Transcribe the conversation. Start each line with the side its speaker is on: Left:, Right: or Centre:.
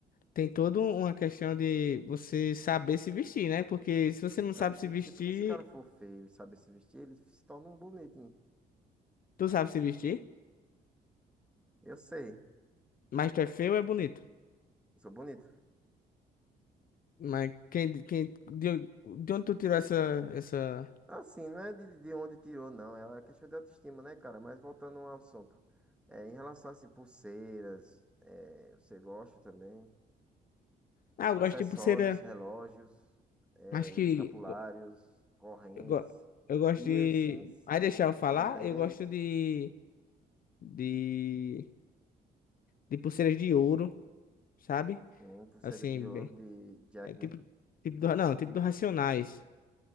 Left: tem toda uma questão de você saber se vestir, né? Porque se você
Centre: Tem
Left: não
Centre: que
Left: sabe
Centre: saber se
Left: se vestir,
Centre: vestir, porque se o cara for feio e saber se vestir, ele se torna um bonitinho.
Left: Tu sabe se vestir,
Centre: Eu sei,
Left: mas tu é feio ou é bonito?
Centre: sou bonito.
Left: Mas quem, quem, de, onde de onde tu tirou essa, essa...
Centre: Assim, não é de, de onde tirou, não, é uma questão de autoestima, né, cara? Mas voltando ao assunto, é, em relação, assim, pulseiras, é, você gosta também?
Left: Ah, eu
Centre: Acessórios,
Left: gosto de pulseira.
Centre: relógios, eh,
Left: Acho que...
Centre: escapulários,
Left: go-
Centre: correntes,
Left: Eu, go- eu gosto
Centre: piercings,
Left: de... Aí deixar eu falar,
Centre: anéis,
Left: eu gosto de, de... De pulseiras de ouro, sabe?
Centre: hum, pulseira
Left: Assim,
Centre: de ouro
Left: bem...
Centre: de Jack,
Left: É tipo...
Centre: né?
Left: tipo do, não, tipo do Racionais.